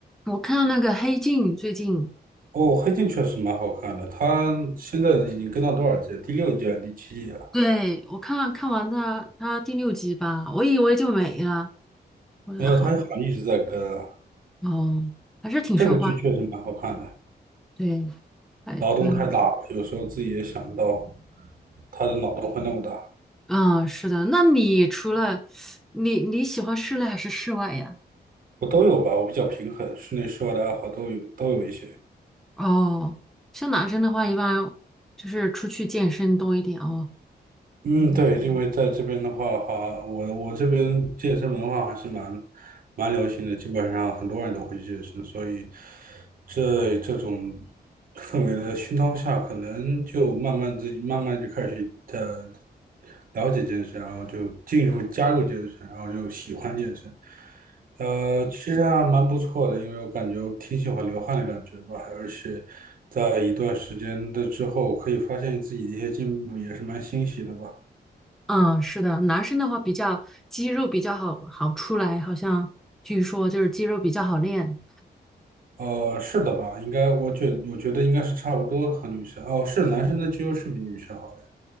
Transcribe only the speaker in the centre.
我看那个《黑镜》，最近，
对，我看看完的它第六集吧，我以为就没了，我觉得好
哦，还是挺受欢迎。
对，哎，
嗯
嗯，是的。那你除了你你喜欢室内还是室外呀？
哦，像男生的话，一般就是出去健身多一点哦，
应该是。
嗯，是的，男生的话比较肌肉比较好好出来，好像据说就是肌肉比较好练。